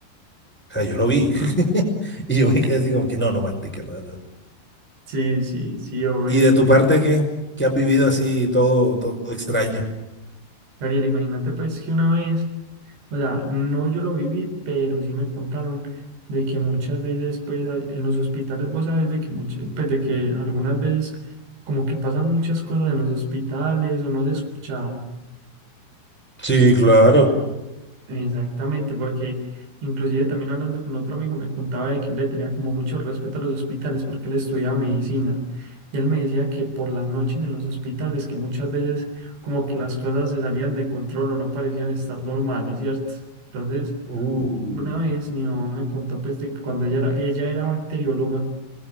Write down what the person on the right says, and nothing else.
Sí, sí, sí, obvio.
Gabriel, imagínate pues que una vez. O sea, no yo lo viví, pero sí me contaron de que muchas veces, pues, a- en los hospitales, vos sabes de que muchas, pues, de que algunas veces como que pasan muchas cosas en los hospitales o no has escuchado.
Exactamente, porque inclusive también hablando con otro amigo me contaba de que él le tenía como mucho respeto a los hospitales porque él estudiaba medicina. Y él me decía que por las noches en los hospitales, que muchas veces como que las cosas se salían de control o no parecían estar normales, ¿cierto? Entonces...
Una vez mi mamá me contó pues de que cuando ella era, ella era bacterióloga,